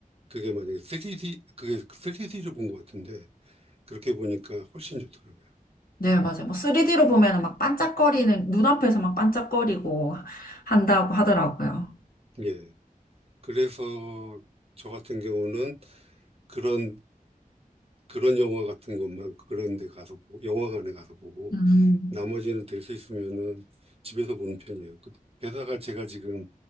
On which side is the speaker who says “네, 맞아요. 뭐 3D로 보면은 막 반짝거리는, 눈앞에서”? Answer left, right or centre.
Left